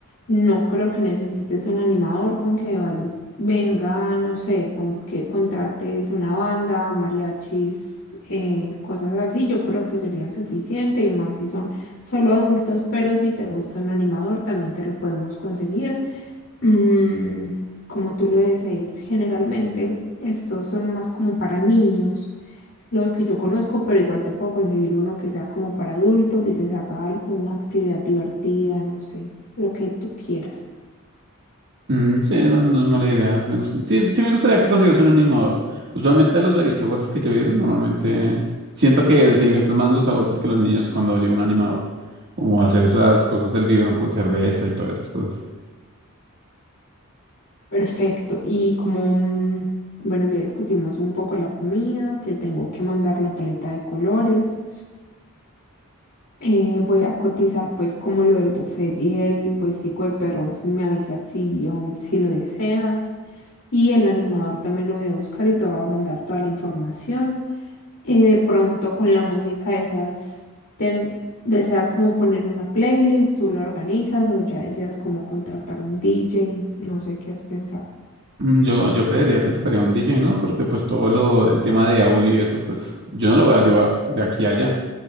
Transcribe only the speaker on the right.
Mm, sí, no, no es mala idea. Me gusta, sí, sí me gustaría que consigas un animador. Usualmente a los baby showers que yo he ido, normalmente siento que se divierten más los adultos que los niños cuando llega un animador. Como hacer esas cosas del biberón con cerveza y todas esas cosas.
Mm, Yo, yo creería que tocaría un DJ, ¿no? Porque pues todo lo, el tema de audio y eso, pues yo no lo voy a llevar de aquí a allá.